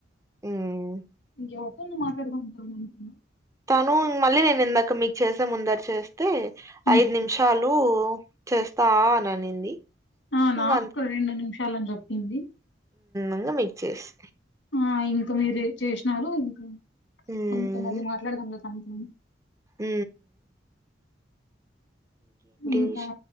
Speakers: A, on the right; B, on the left.
A: ఎమి
B: ఎవరితోనో మాట్లాడుకుంటారు మనతోని
A: తాను మళ్ళీ నేను ఇందాక మీకు చేసే ముందర చేస్తే
B: హ్మ్.
A: ఐదు నిమిషాలు రూ చేస్తా అని అనింది
B: ఆ
A: ఇంక
B: నాకు రెండు నిమిషాలని చెప్పింది
A: ఇంగా మీక్ చేేసి
B: ఆ ఇంకా మీరె చేసినారు ఇంకా
A: మ్మ్
B: ఇంకా మల్లి మాట్లాడదం లే తన తోని
A: ఊ
B: ఇంకా
A: విష్